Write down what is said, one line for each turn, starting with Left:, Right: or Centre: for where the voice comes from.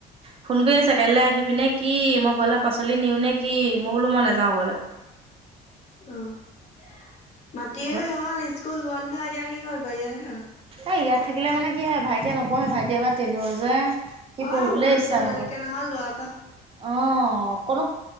Right: ফোন কৰি আছে কাইলৈ
Left: অ',
Right: আহিবিনে কি মোক ঘৰলে পাচলি নিও নে কি? মই বোলো মই নাযাওঁ ঘৰলে।
Left: অ', মাটিৰ
Right: ঘৰ
Left: হ'ল ইচ স্কুল বন্ধ এতিয়া কি কৰিবা, ইয়াতে থাকা।
Right: এই ইয়াত থাকিলে মানে কি হয় ভাইটিয়ে নপঢ়ে ভাইটি এবাৰ তেনত যে। সি পঢ়িবলৈ
Left: অ', হুলস্থুল
Right: ইচ্ছা
Left: হৈ
Right: নকৰে।
Left: থাকে নহয় লোৱা পা।
Right: অ', কোনো